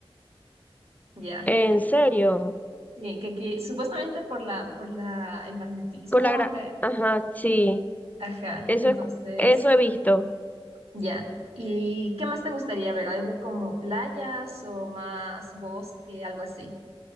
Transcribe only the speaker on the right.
Ya,
En-
sí, que aquí, supuestamente por la, por la, el magnetismo,
la-
ajá,
entonces,
ya. ¿Y qué más te gustaría ver? ¿Algo como playas o más bosque, algo así?